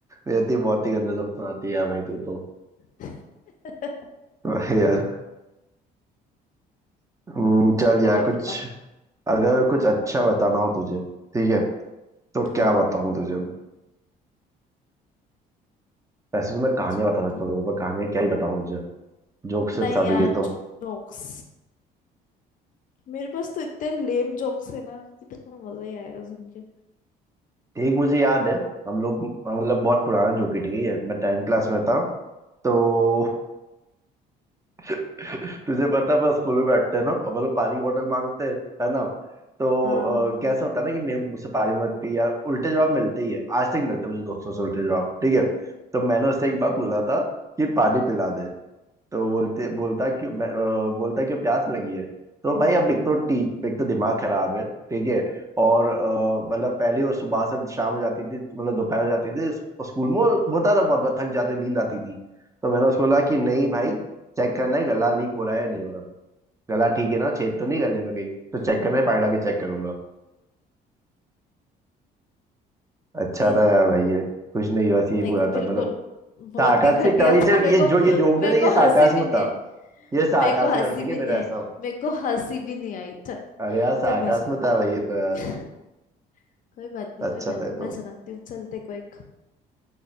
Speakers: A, on the right (about 20°); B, on the left (about 50°).
A: ये तो बहुत ही गंदा जोक सुनाती है यार भाई तू तो
B: <laughs>
A: <laughs> यार हम्म, चल
B: चल
A: यार
B: और
A: कुछ
B: बता
A: अगर कुछ अच्छा बताना हो तुझे ठीक है तो
B: हाँ
A: क्या बताऊं तुझे वैसे तो मैं
B: अच्छा
A: कहानियां बता
B: बता
A: सकता हूँ लोगों पर कहानियां क्या ही बताऊं तुझे जोक से
B: नहीं
A: स्टार्ट
B: यार
A: हुई है तो
B: जोक्स मेरे पास तो इतने लेम जोक्स है ना कि तेरे को मजा ही आएगा सुन के।
A: एक मुझे याद है हम लोग मतलब बहुत
B: हम्म,
A: पुराना जोक ही ठीक है मैं टेंथ क्लास में था तो <laughs> <laughs> तुझे पता है अपन स्कूल में बैठते हैं ना अपन लोग पानी बॉटल मांगते हैं है ना तो
B: हाँ हाँ
A: अ, कैसा
B: हाँ
A: होता है ना कि मेरे मुझसे पानी मत पी यार उल्टे जवाब मिलते ही है आज तक मिलते हैं मुझे दोस्तों से उल्टे जवाब ठीक है तो मैंने उससे एक बार
B: हाँ
A: बोला था कि पानी पिला दे तो बोलते बोलता क्यों मैं, अ, बोलता क्यों प्यास लगी है तो भाई अब एक तो टी एक तो दिमाग खराब है ठीक है और अ, मतलब पहले वो सुबह से शाम हो जाती थी मतलब दोपहर हो जाती थी स्कूल में होता था बहुत बार थक जाते नींद आती थी तो मैंने उसको बोला कि नहीं भाई चेक करना है गला लीक हो रहा है या नहीं हो रहा गला ठीक है ना छेद तो नहीं गले में कहीं तो
B: हम्म
A: चेक करना है पानी डाल के चेक करूंगा अच्छा
B: फिर
A: था यार भाई ये कुछ नहीं बस ये
B: मेरे
A: बुरा
B: को बिल्कुल
A: था मतलब
B: बहुत
A: सार्कास्टिक
B: ही घटिया
A: था भाई चल
B: था मेरे
A: ये
B: को
A: जो ये जोक
B: मेरे
A: नहीं था ये
B: को
A: सार्कास्म
B: हंसी भी नहीं
A: था
B: आई
A: ये सार्कास्म
B: मेरे को हंसी
A: है ठीक
B: भी
A: है मेरा
B: नहीं
A: ऐसा
B: आई मेरे को हंसी भी नहीं आई चल
A: अरे यार सार्कास्म
B: चल मैं सुनाती
A: था भाई ये तो
B: हूँ
A: यार
B: <laughs> कोई बात नहीं
A: अच्छा
B: कोई बात
A: था
B: नहीं
A: ये
B: मैं
A: तो
B: सुनाती हूँ चल देखो एक